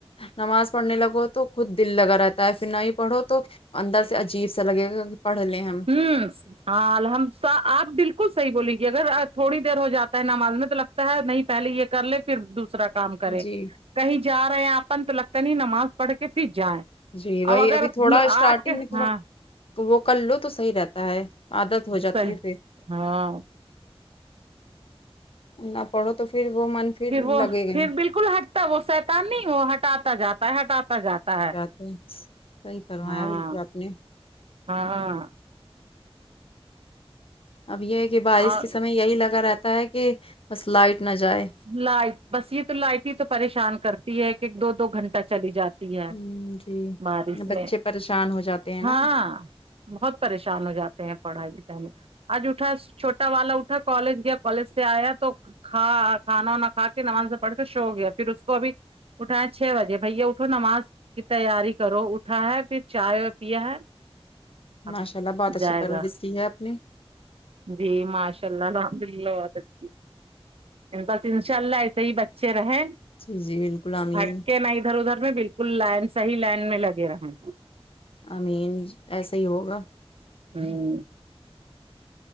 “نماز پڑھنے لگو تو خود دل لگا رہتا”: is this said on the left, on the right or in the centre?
Left